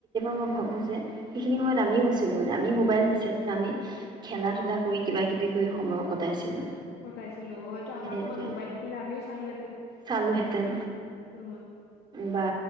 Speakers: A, on the right (about 25°); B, on the left (about 75°).
A: মই ভাবোঁ যে সেইখিনি সময়ত আমিও আছিলোঁ মানে আমি মোবাইল নাচাইছিলোঁ আমি খেলা ধূলা কৰি কিবা কিবি কৰি সময় কটাইছিলোঁ
B: সকাইছিলো হয়তো আমাৰ
A: সেইটোৱে
B: সময়ত মোবাইল থাকিলে আমিও চালো হেতেন
A: চালোহেঁতেন
B: উ
A: বা